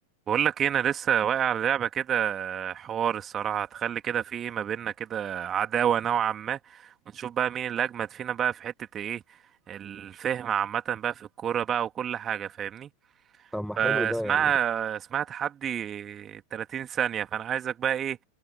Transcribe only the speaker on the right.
بقول لك ايه انا لسه واقع على لعبه كده حوار الصراحه هتخلي كده في ايه ما بيننا كده عداوه نوعا ما ونشوف بقى مين اللي اجمد فينا بقى في حته ايه الفهم عامه بقى في الكوره بقى وكل حاجه فاهمني
فاسمها
اسمها تحدي 30 ثانيه فانا عايزك بقى ايه